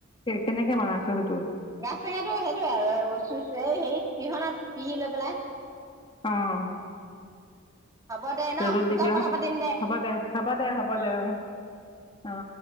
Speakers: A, on the left (about 25°); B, on the right (about 15°).
A: কেনেকে বনাইছ সেইটো
B: গাছ টেঙাটো সেইটোয়ে আৰু চ হেৰিত পিহনাত পিহি লৈ পেলাই
A: অহ।
B: হ'ব দে ন
A: ৰ'দত
B: পিছত
A: দি দিয়া
B: কথা পাতিম
A: হ'ব দে হ'ব দে হ'ব
B: অ
A: দে অহ অ।